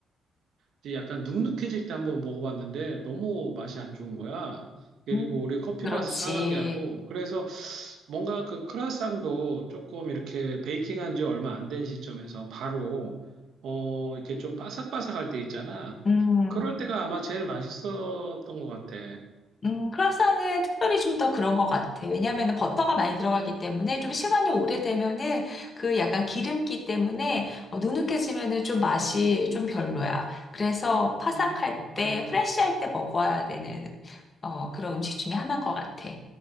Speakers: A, on the right; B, on the left.
A: 이제 약간 눅눅해질 때 한번 먹어봤는데 너무 맛이 안 좋은 거야. 그리고
B: 음.
A: 우리 커피
B: 그렇지.
A: 맛을 상하게 하고 그래서 뭔가 그 크라상도 조금 이렇게 베이킹한 지 얼마 안 된 시점에서 바로 어 이렇게 좀 바삭바삭할 때 있잖아.
B: 음.
A: 그럴 때가 아마 제일 맛있었던 것 같아.
B: 음, 크라상은 특별히 좀 더 그런 것 같아. 왜냐하면 버터가 많이 들어가기 때문에 좀 시간이 오래되면은 그 약간 기름기 때문에 어, 누눅해지면은 좀 맛이 좀 별로야. 그래서 파삭할
A: 아,
B: 때,
A: 아,
B: 프레쉬할 때 먹어야 되는 어, 그런 음식 중에 하나인 것 같아.